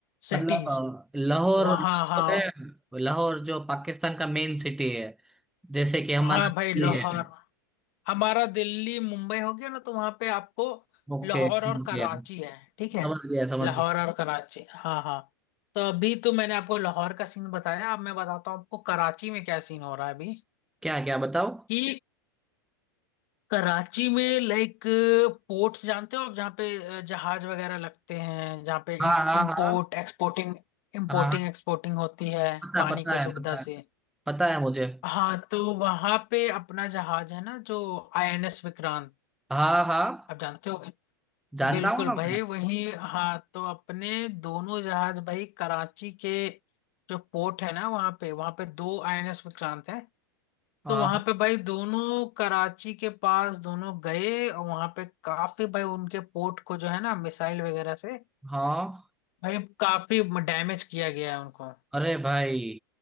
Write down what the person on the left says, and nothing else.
सिटीज
वहाँ
हाँ
हाँ
भाई लाहौर हमारा दिल्ली मुंबई हो गया ना तो वहां पे आपको
लाहौर
और कराची
है ठीक है
लाहौर
और कराची हाँ हाँ तो अभी तो मैंने आपको लाहौर का सीन बताया अब मैं बताता हूँ आपको कराची में क्या सीन हो रहा है अभी
कि कराची में लाइक पोर्ट्स जानते हो आप जहाँ पे अ, जहाज वगैरह लगते हैं जहाँ पे
इम्पोर्ट
एक्सपोर्टिंग इम्पोर्टिंग
एक्सपोर्टिंग होती है
पानी
के सुविधा
से
हाँ तो वहां पे अपना जहाज है ना जो आईएनएस विक्रांत
आप जानते होगे
बिल्कुल
भाई
वही हाँ तो अपने दोनों जहाज भाई कराची के जो पोर्ट है ना वहां पे वहां पे दो आईएनएस विक्रांत है
तो वहां पे भाई दोनों कराची के पास दोनों गए और वहां पे काफी भाई उनके पोर्ट को जो है ना मिसाइल वगैरह से
भाई काफी डैमेज किया गया है उनको